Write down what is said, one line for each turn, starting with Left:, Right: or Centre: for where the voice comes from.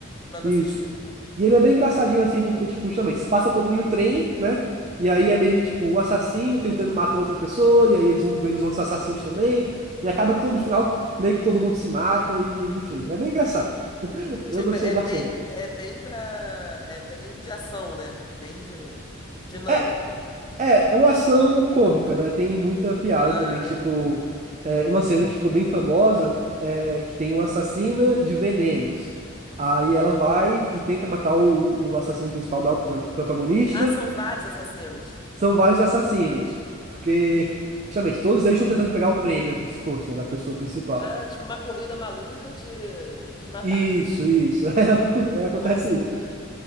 Left: mas
Right: isso.
Left: não assisti.
Right: E ele é bem engraçadinho assim, porque tipo, justamente, se passa todo em um trem, né? E aí é meio que tipo um assassino tentando matar outra pessoa, e aí eles vão vendo os outros assassinos também, e acaba que todo no final meio que todo mundo se mata e enfim, é bem engraçado. Eu
Left: Tipo,
Right: gostei
Left: é
Right: bastante.
Left: bem, é bem pra. É bem de ação, né? Bem de dinâmico.
Right: É, é, é uma ação cômica, né? Tem muita piada
Left: Ah,
Right: também, tipo,
Left: entendi.
Right: é, uma cena que ficou bem famosa, é, que tem uma assassina de venenos. Aí ela vai e tenta matar o, o assassino principal, não, o prosa- protagonista.
Left: Ah, são vários assassinos.
Right: São vários assassinos, porque, justamente, todos eles estão tentando pegar o prêmio, como se fosse, né, da pessoa principal.
Left: Ah, tipo, uma corrida maluca de, de matar.
Right: Isso, isso, <laughs> é, acu- é, acontece
Left: Nossa,
Right: isso.
Left: que doido.